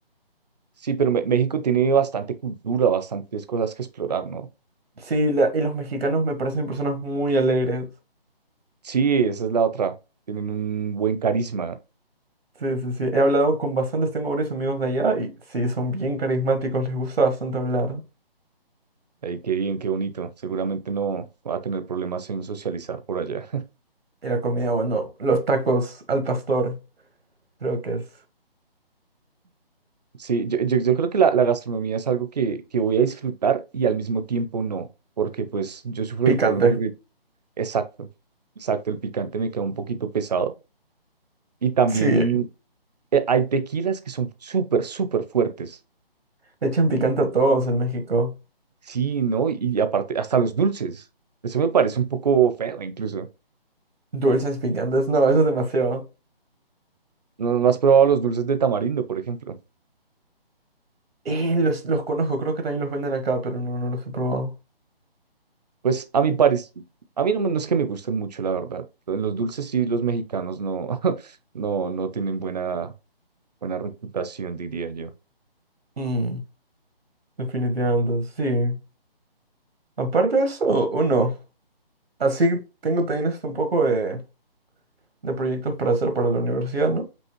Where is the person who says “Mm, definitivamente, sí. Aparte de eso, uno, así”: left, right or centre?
Right